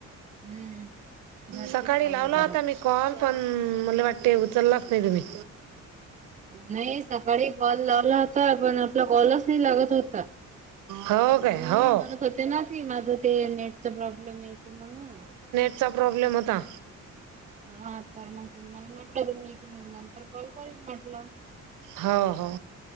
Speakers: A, on the right; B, on the right.
A: हम्म घरचीच
B: सकाळी
A: कामं
B: लावला
A: करत
B: होता मी कॉल. पण मला वाटते उचललाच नाही तुम्ही.
A: नाही सकाळी कॉल लावला होता. पण आपला कॉलच नाही लागत होता.
B: हो काय
A: मी
B: हो
A: म्हणत होते ना की माझं ते नेटच प्रॉब्लेम येते म्हणून
B: त्याचा प्रॉब्लेम होता
A: हा तर मग त मला म्हटलं दोन् एक म नंतर कॉल करीन म्हटलं.
B: हो हो.